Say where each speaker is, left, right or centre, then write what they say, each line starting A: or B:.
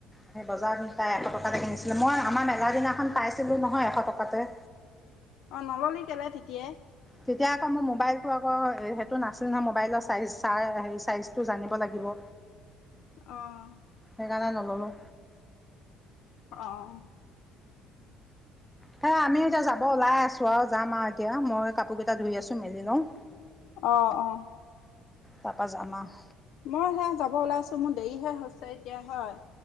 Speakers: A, in the centre; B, on the left.
A: সেই বজাৰত তাই এশ টকাতে কিনিছিলো মই আমাৰ মেলা দিনাখন পাইছিলোঁ নহয় এশ টকাতে।
B: অ' নললে কেলে তেতিয়াই।
A: তেতিয়া আকৌ মোৰ মোবাইলটো আকৌ সেইটো নাছিল নহয় মোবাইলৰ চাইজ হে চাইজটো জানিব লাগিব।
B: অ '
A: সেইকাৰণে নললো।
B: অ '
A: হে আমিও এতিয়া যাব ওলাই আছো। চোৱাও যাম আৰু এতিয়া মই কাপোৰ কেইটা ধুই আছো মেলি লওঁ।
B: অ ' অ '
A: তাৰপা যাম আও।
B: মই সেয়া যাব ওলাইছো মোৰ দেৰিহে হৈছে এতিয়া হয়।